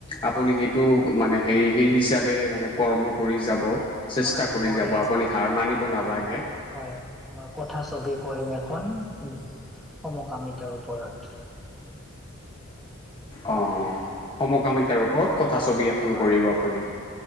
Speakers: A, on the left (about 25°); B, in the centre.
A: আপুনি সেইটো মানে সেই সেই হিচাপে মানে কৰ্ম কৰি যাব, চেষ্টা
B: হয়
A: কৰি
B: মই
A: যাব, আপুনি হাৰ মানিব
B: মই
A: নালাগে।
B: হয় মই কথা ছবি কৰিম এখন উ সমকামিতাৰ ওপৰত।
A: অ অ সমকামিতাৰ ওপৰত কথাছবি আক
B: হয়
A: কৰিব আপুনি।